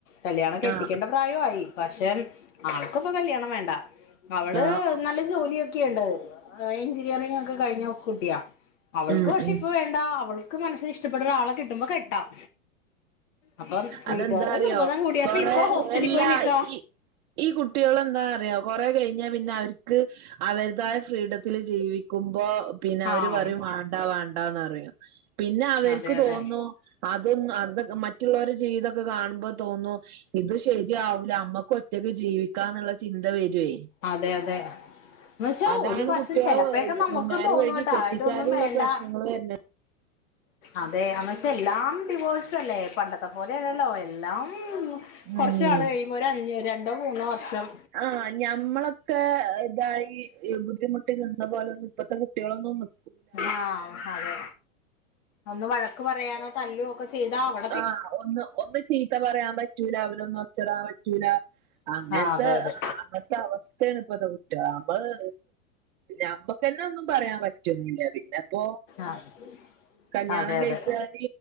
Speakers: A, on the left (about 60°); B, on the right (about 50°).
A: കല്യാണം കെട്ടിക്കണ്ട
B: ആഹ്
A: പ്രായമായി പക്ഷെ ആൾക്കും ഇപ്പൊ കല്യാണം വേണ്ട അവള്
B: ആഹ്
A: നല്ല ജോലിയൊക്കെയുണ്ട് എഞ്ചിനീറിങ് ഒക്കെ കഴിഞ്ഞ കുട്ടിയാ അവൾക്ക്
B: ഉം
A: പക്ഷെ
B: ഉം
A: ഇപ്പൊ വേണ്ട അവൾക്ക് മനസ്സിൽ ഇഷ്ടപ്പെട ഒരാളെ കിട്ടുമ്പോ കെട്ടാം അപ്പം
B: അതെന്താ
A: വീട്ടുകാരുടെ
B: അറിയോ
A: നിർബന്ധം കൂടിയ
B: കൊറെ
A: ഇപ്പൊ ഹോസ്റ്റലിൽ
B: എല്ലാ
A: പോയി നിക്കാ
B: ഈ ഈ കുട്ടികൾ എന്താ അറിയോ കൊറെ കഴിഞ്ഞാ പിന്നെ അവർക്ക് അവരുതായ ഫ്രീഡത്തില് ജീവിക്കുമ്പോ പിന്നെ അവര്
A: ആഹ്
B: പറയും വണ്ടാ വണ്ടാന്ന് പറയും പിന്നെ അവർക്ക്
A: അതെ അതെ
B: തോന്നു അതൊന്ന അത്ക്കെ മറ്റുള്ളരെ ജീവിതൊക്കെ കാണുമ്പോ തോന്നു ഇത് ശരിയാവൂല അമ്മക്ക് ഒ റ്റയ്ക്ക് ജീവിക്കാന്നുള്ള ചിന്ത വരുവേ
A: അതെ അതെ എന്ന് വെച്ചാ
B: അതാണ്
A: ഒരു വശം
B: കുട്ടികളെ
A: ചെലപ്പയൊക്കെ നമ്മുക്കും
B: ഒന്നേരം
A: തോന്നൂട്ടാ
B: വഴകി കെട്ടിച്ചാലുംള്ള
A: ഇതൊന്നും വേണ്ട
B: പ്രശ്നങ്ങൾ വരണ
A: അതെ എന്ന്ച്ചെ എല്ലാം ഡിവോഴ്സ അല്ലേ പണ്ടത്തെ പോലെല്ലല്ലോ എല്ലാം കുറച്ച
B: ഉം
A: കാലം കഴിയുമ്പോ ഒരു അഞ് രണ്ടോ മൂന്നോ വർഷം
B: ആ ഞമ്മളൊക്കെ ഇതായി ബുദ്ധിമുട്ടി നിന്ന <unintelligible> ഇപ്പളത്തെ കുട്ടികളൊന്നും നി
A: ആ അതെ ഒന്ന് വഴക്ക് പറയാനോ തല്ലുവോ ഒക്കെ ചെയ്താ അവി
B: ആ ഒന്ന് ഒന്ന് ചീത്ത പറയാൻ പറ്റൂല അവരൊന്നും ഒച്ചെടാൻ പറ്റൂല അങ്ങനത്തെ
A: ആഹ് അതെ അതെ
B: ആ അവസ്ഥയാണ് ഇപ്പത്ത കുട്ടികളെ നമ്മള് ഞമ്മുക്ക്ന്നെ ഒന്നും പറയാൻ പറ്റുന്നില്ല പിന്നെപ്പോ
A: ആഹ്
B: കല്യാണം
A: അതെ
B: കഴിച്ചാല്
A: അതെ